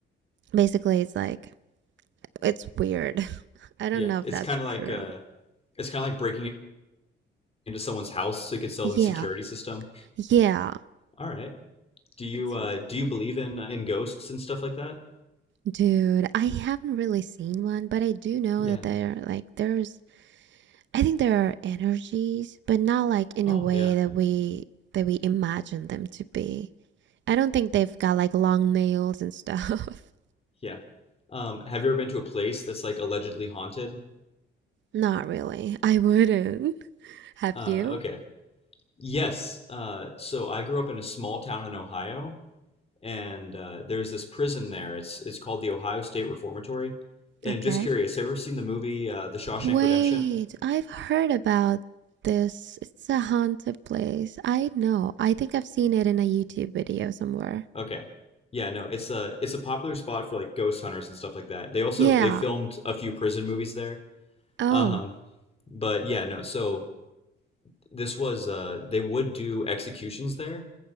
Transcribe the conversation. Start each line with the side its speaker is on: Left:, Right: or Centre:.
Right: basically it's like it's weird <laughs> i don't
Left: Yeah.
Right: know if
Left: It's
Right: that's
Left: kind
Right: true
Left: of like uh, it's kind of like breaking into someone's house so you could sell
Right: yeah
Left: them the security system.
Right: yeah
Left: All right. Do you
Right: that's
Left: uh,
Right: weird.
Left: do you believe in uh, in ghosts and stuff like that?
Right: dude i haven't really seen one but i do know
Left: Yeah.
Right: that there like there's I think there are energies, but not like in
Left: Oh
Right: a way
Left: yeah,
Right: that we that we imagine them to be. I don't think they've got like long nails and stuff. <laughs>
Left: yeah. Um, have you ever been to a place that's like allegedly haunted?
Right: Not really. I wouldn't. Have
Left: Uh,
Right: you?
Left: okay. Yes. Uh, so I grew up in a small town in Ohio, and uh, there's this prison there. It's it's called the Ohio State Reformatory. And
Right: Okay.
Left: just curious, have you ever seen the movie uh, The Shawshank
Right: Wait,
Left: Redemption?
Right: I've heard about this. It's a haunted place. I know. I think I've seen it in a YouTube video somewhere.
Left: Okay. Yeah, no, it's a it's a popular spot for like ghost hunters and stuff like that. They also
Right: Yeah.
Left: they filmed a few prison movies there.
Right: Oh.
Left: Um, but yeah, no, so this was uh, they would do executions there.